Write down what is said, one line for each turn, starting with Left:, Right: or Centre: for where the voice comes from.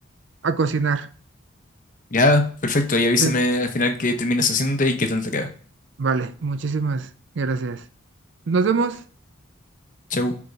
Right: a cocinar.
Left: Ya, perfecto. Y avísame
Right: Sí,
Left: al final qué terminas haciéndote y qué tal te queda.
Right: vale, muchísimas gracias. Nos vemos.
Left: Chau.